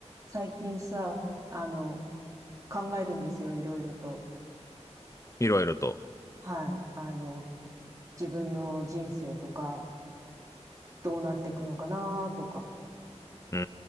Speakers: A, on the right; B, on the left.
A: 最近さ、あの、考えるんですよ、いろいろと。
B: いろいろと。
A: はい。あの、自分の人生とか、どうなっていくのかなとか。
B: うー